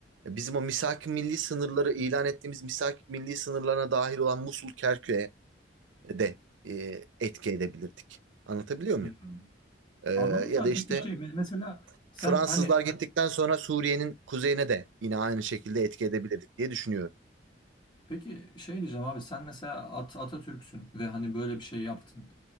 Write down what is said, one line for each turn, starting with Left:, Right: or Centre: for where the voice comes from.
Right: e, bizim o misaki milli sınırları ilan ettiğimiz misaki milli sınırlarına dahil olan Musul Kerkük'e de e, etki edebilirdik. Anlatabiliyor muyum?
Left: Hı hı.
Right: Ee,
Left: Anladım
Right: ya
Left: da
Right: da işte
Left: peki şey me- mesela sen
Right: Fransızlar
Left: hani
Right: gittikten sonra Suriye'nin kuzeyine de yine aynı şekilde etki edebilir diye düşünüyorum.
Left: Peki şey diyeceğim abi sen mesela At Atatürk'sün ve hani böyle bir şey yaptın.